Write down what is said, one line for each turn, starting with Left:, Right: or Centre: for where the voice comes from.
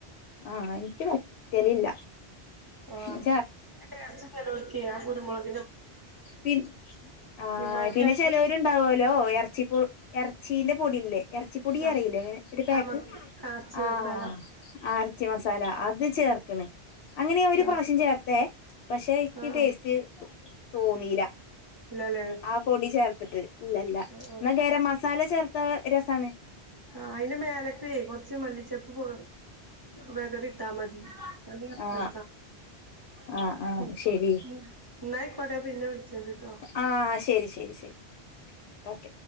Left: ആഹ് ആഹ് എനിക്ക് പറ്റലില്ല
Right: ആഹ്
Left: ഞാൻ
Right: കുരുമുളക്
Left: പി ആഹ്
Right: ഇമ്മാക്ക്
Left: പിന്നെ
Right: ആ
Left: ചിലവരുണ്ടാവുല്ലോ ഇറച്ചിപ്പു ഇറച്ചീന്റെ പൂടീല്ലേ ഇറച്ചിപ്പൊടി
Right: ആഹ്
Left: അറിയില്ലേ ഒരു പാക്ക്
Right: ആ മ ആർച്ചി
Left: ആഹ്
Right: മസാല
Left: ആഹ് ഇറച്ചി മസാല അത് ചേർക്കണ് അങ്ങനെ ഞാൻ ഒരു
Right: ആഹ്
Left: പ്രാവശ്യം ചേർത്തേ പക്ഷേ എനിക്ക്
Right: ആഹ്
Left: ടേസ്റ്റ്
Right: ആഹ്
Left: തോന്നീല
Right: ഇല്ലല്ലേ
Left: ആ പൊടി ചേർത്ത് ചേർത്തിട്ട് ഇല്ല ഇല്ല
Right: ആഹ് ആഹ്
Left: എന്ന ഗരം മസാല ചേർ ത്താ രസാണ്
Right: ആ അതിന്റെ മേലേക്കേ കൊറച്ച് മല്ലിച്ചപ്പ് പോ വെതറിയിട്ടാ മതി നല്ല
Left: ആ
Right: രസാ
Left: ആ ആ ആ
Right: മ്മ്
Left: ശരി
Right: മ്മ് എന്നാ ആയിക്കോട്ടെ ഞാൻ പിന്നെ വിളിച്ചണ്ട് ട്ടോ
Left: ആ ശരി ശരി ശരി ഓക്കെ